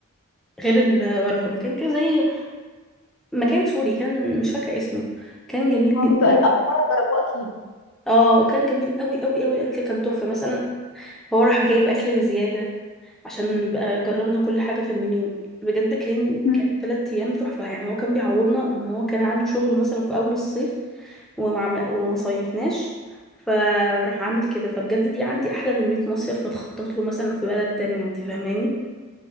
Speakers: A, in the centre; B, on the left.
A: غير الورقه مكان كده زي مكان سوري كان مش فاكره اسمه كان جميل
B: اه
A: جدا
B: كنت اول مره اتضربوه اكيد
A: اه كان جميل قوي قوي قوي الاكل كان تحفه مثلا هو راح جايب اكل بزياده عشان نبقى جربنا كل حاجة في المنيو بجد كان
B: مم.
A: كان تلات أيام تحفة يعني هو كان بيعوضنا إن هو كان عنده شغل مثلا في أول الصيف ومع ومصيفناش فراح عامل كده فبجد دي عندي أحلى من 100 مصيف متخطط له مثلا في بلد تانية انت فاهماني